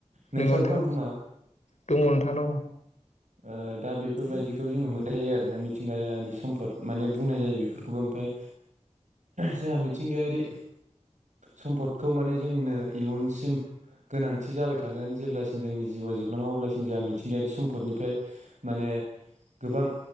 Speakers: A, on the right; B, on the left.
A: नोंस्राबो
B: नंगौ नोंथां
A: दं खोमा?
B: दङ नोंथां दङ
A: ओ दा बेफोरबायदिखौ जोङो मोननाय जायो आरोना मिथिंगायानि सम्फद माने बुंनाय जायो बेफोरखौबो ओमफ्राय जोंहा मिथिंगायारि सम्पदखौ माने जोंनो इयुनसिम गोनांथि जाबाय थागोन जेब्लासिम जोंनि जिउआ जोबलाङो अब्लासिम जोंहा मिथिंगायारि सम्फदनिफ्राय माने गोबां